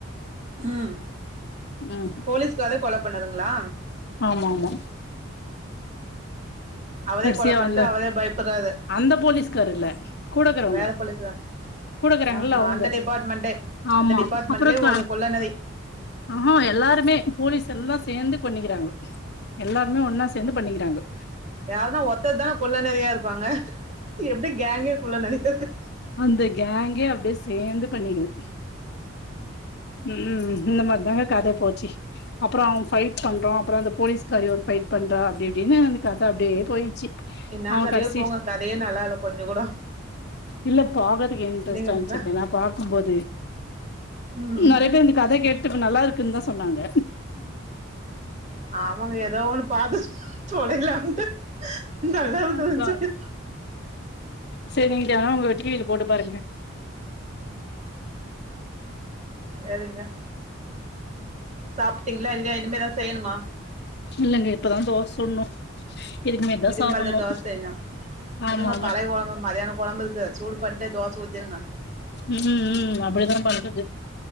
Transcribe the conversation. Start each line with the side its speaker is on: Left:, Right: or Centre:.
Right: ம்
Left: ம்
Right: போலீஸ்கார் கொல பண்ணதுங்களா
Left: ஆமா ஆமா
Right: அவரே
Left: கடைசியா
Right: கொல பண்ட்டு
Left: வந்த
Right: அவரே பயப்படுறாரு
Left: அந்த போலீஸ்கார் இல்ல கூடக்கறவங்க
Right: வேற போலீஸ்கார்
Left: கூடக்கறாங்கல்ல
Right: ஆஹா
Left: அவங்க
Right: அந்த டிபார்ட்மெண்ட்டே
Left: ஆமா
Right: அந்த டிபார்ட்மெண்ட்லயே
Left: அப்புறோ த
Right: ஒரு கொள்ள நெறி
Left: ஆஹ எல்லாருமே போலீஸ் எல்லா சேந்து கொண்ணிக்கிறாங்கோ எல்லாருமே ஒன்னா சேந்து பண்ணிக்கிறாங்கோ
Right: யாருன்னா ஒரத்தரதானே கொல்ல நெறையா இருப்பாங்க எப்டி கேங்கே கொள்ள நெறியா இருக்கு
Left: அந்த கேங்கே அப்டியே சேந்து பண்ணயிக்குது ம் இந்த மாதிரி தாங்க கத போ ச்சி அப்புறோ அவ ஃபைட் பண்ற அப்புறோ அந்த போலீஸ்காரி ஒரு ஃபைட் பண்ற அப்டி இப்டின்னு அந்த க த அப்டியே போயிச்சு
Right: என்னா
Left: அவ
Right: கதையோ
Left: கடைசி
Right: போங்க கதையே நல்லா இல்ல கொஞ்சோ கூட
Left: இல்ல பாக்கறதுக்கு இன்ட்ரெஸ்டா
Right: நீங்க
Left: இருந்துச்சுங்க நா பாக்கும்போது
Right: ம்
Left: நெறைய பேர் இந்த கத கேட்டு இப்ப நல்லா இருக்குன்னு தா சொன்னாங்க
Right: ஆமாங்க ஏதோ ஒன்னு பாத்து தொலைலான்ட்டு நல்லா இருக்குதுன்னு
Left: அதா
Right: சொல்லி
Left: செரிங் வேணா உங்க டிவியில போட்டுப் பாருங்க
Right: செரிங்க சாப்பிட்டீங்களா இல்லையா இனிமேதா செய்யணுமா
Left: இல்ங்க இப்பதா தோச சுடணு மேட்டுதா
Right: இதுக்கு
Left: சாப்பட்ணு
Right: மேலத தோசையா வுடுங்க
Left: ஆமா ஆமா
Right: பழைய கொழம்பு மதியான கொழம்பு இருக்கு சூடு பண்டு தோச ஊதிருங்க
Left: ம் ம் அப்டித்தா பண்ணறது